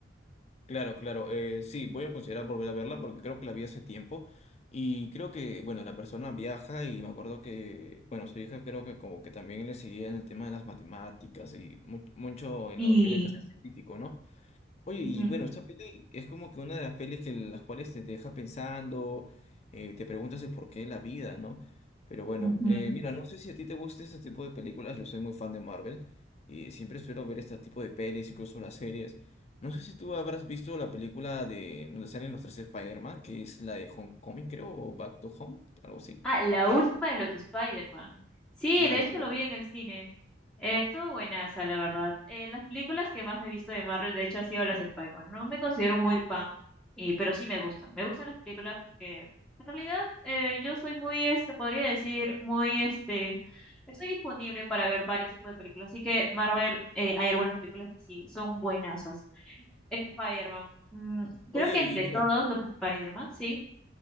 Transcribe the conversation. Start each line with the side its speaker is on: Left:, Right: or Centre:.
Left: Claro, claro. eh, sí, voy a considerar volver a verla porque creo que la vi hace tiempo. Y creo que, bueno, la persona viaja y me acuerdo que, bueno, su hija creo que como que también le seguía en el tema de las matemáticas y mu- mucho en
Centre: Y,
Left: lo viene que ser científico, ¿no? Oye,
Centre: ujú,
Left: y bueno, esta peli es como que una de las pelis que las cuales te deja pensando, eh, te preguntas el porqué de la vida, ¿no? Pero bueno,
Centre: ujú.
Left: eh, mira, no sé si a ti te gusta este tipo de películas, yo soy muy fan de Marvel y siempre suelo ver este tipo de pelis, incluso las series. No sé si tú habrás visto la película de donde salen los tres Spider-Man, que es la de Homecoming, creo, o Back to Home, algo así.
Centre: Ah, la última de los Spider-Man. Sí,
Left: Claro,
Centre: de hecho
Left: claro.
Centre: lo vi en el cine. Eh, estuvo buenaza, la verdad. Eh, las películas que más me he visto de Marvel, de hecho, han sido las de Spider-Man. No me considero muy fan, y, pero sí me gustan. Me gustan las películas porque en realidad eh, yo soy muy, este, podría decir, muy, este, estoy disponible para ver varios tipos de películas. Así que Marvel, eh, hay algunas películas que sí, son buenazas. Spider-Man. mm,
Left: Oye,
Centre: creo que
Left: y
Centre: entre
Left: mira.
Centre: todos los Spider-Man, sí.